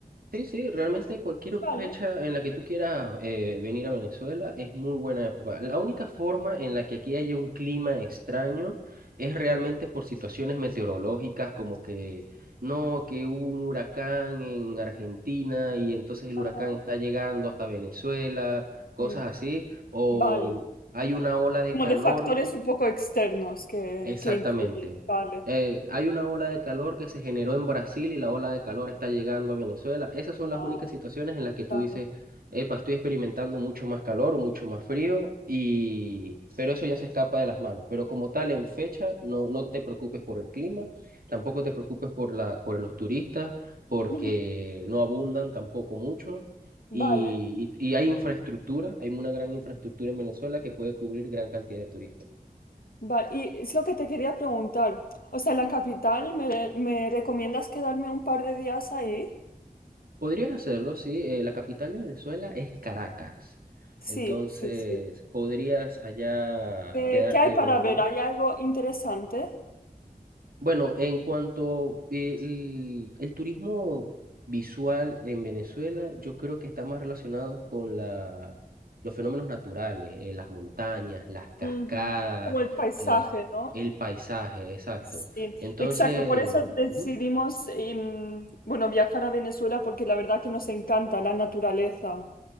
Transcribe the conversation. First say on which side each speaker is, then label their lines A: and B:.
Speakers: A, on the right; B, on the left.
A: Sí, sí, realmente cualquier
B: Vale.
A: fecha en la que tú quieras eh, venir a Venezuela es muy buena época. La única forma en la que aquí haya un clima extraño es realmente por situaciones meteorológicas, como que no, que hubo un huracán en Argentina y entonces el huracán
B: Ajá.
A: está llegando hasta Venezuela, cosas
B: Mm,
A: así, o
B: Vale.
A: hay una ola de
B: Como
A: calor
B: de factores un poco externos que,
A: Exactamente.
B: que influyen. Vale.
A: Eh, hay una ola de calor que se generó en Brasil y la ola de calor está llegando a Venezuela. Esas son las
B: Ah,
A: únicas situaciones en las que tú
B: claro.
A: dices, epa, estoy experimentando mucho más calor o mucho más frío, y... pero eso ya se escapa de las manos. Pero como tal, en fecha, no, no te preocupes por el clima, tampoco te preocupes por la, por los turistas, porque
B: Ujú,
A: no abundan tampoco mucho. Y,
B: Vale.
A: y, y hay infraestructura, hay una gran infraestructura en Venezuela que puede cubrir gran cantidad de turistas.
B: Vale, y es lo que te quería preguntar. O sea, la capital, ¿me, me recomiendas quedarme un par de días ahí?
A: Podrías hacerlo, sí. eh, la capital de Venezuela es Caracas.
B: Sí,
A: Entonces,
B: sí, sí.
A: podrías allá
B: Eh,
A: quedarte
B: ¿qué hay
A: unos
B: para ver?
A: días.
B: ¿Hay algo interesante?
A: Bueno, en cuanto eh, el, el turismo visual en Venezuela, yo creo que está más relacionado con la, los fenómenos naturales, eh, las montañas, las cascadas,
B: Ujú. Como el paisaje,
A: eh,
B: ¿no?
A: el paisaje, exacto.
B: Sí,
A: Entonces,
B: exacto. Por eso decidimos,
A: ujú.
B: em, bueno, viajar a Venezuela porque la verdad que nos encanta la naturaleza